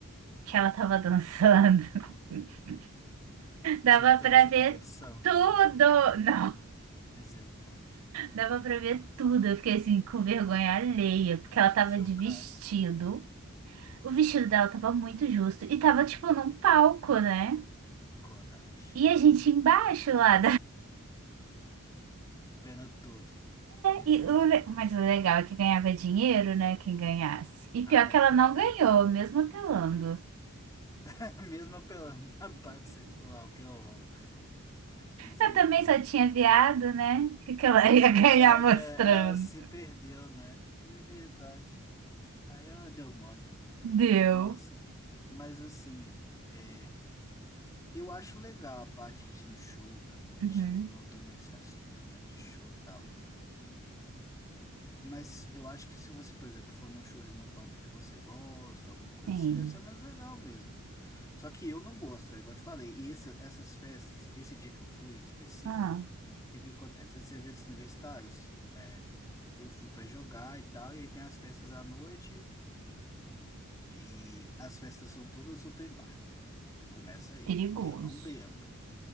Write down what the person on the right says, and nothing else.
que ela tava dançando, <laughs>
dava
pra
ver
tudo. Não,
dava pra ver tudo. Eu fiquei assim com vergonha alheia, porque ela tava
de vestido. O vestido dela tava muito justo e tava tipo num palco, né?
E a gente embaixo lá
E o le- mas o legal é que ganhava dinheiro, né? Quem ganhasse. E
pior que ela não
ganhou,
mesmo apelando.
Eu também só tinha viado, né? O que que ela ia
<laughs> ganhar
mostrando?
Deu.
Uhum.
Sim.
Ah,
perigoso.